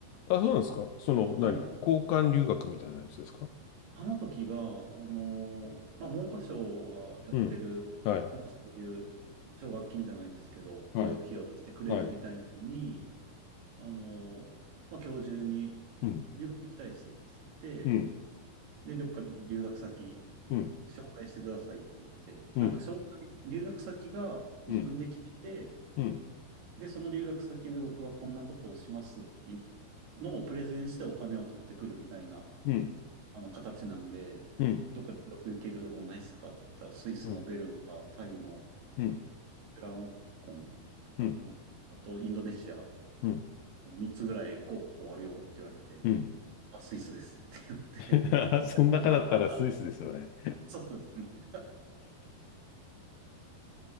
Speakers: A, on the left; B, on the right.
A: あ、そうなんですかその、何交換留学みたいなやつですか
B: はい。あの時が、あのーまあ、文科省がやってる、
A: うん。はい、
B: なんかそういう奨学金じゃないですけど、
A: はい、
B: 留学費用を出してくれるみたいなのに、
A: はい。
B: あのーまあ、今日中に
A: うん、
B: 留学行きたいっすっつって、
A: うん、
B: で、どっか留学先
A: うん、
B: 紹介してくださいって言って、
A: うん、
B: なんか紹介、留学先が自分で聞いて、
A: うん、うん、
B: で、その留学先で僕はこんなことをしますっていうのをプレゼンしてお金を取ってくるみたいな
A: うん、
B: あの形なんで、
A: うん、
B: どっか留学行けるとこないっすかって言ったら、スイスのベルンか、
A: うん、うん、
B: タイの
A: うん、
B: キュラロンコンだったかな。
A: うん、
B: あと、インドネシア、
A: うん、
B: 3つぐらい候補あるよって言われて、
A: うん。
B: あ、スイスですって言って、
A: <laughs>
B: <laughs>
A: そん中だったらスイスですよね。
B: あ、そうですね。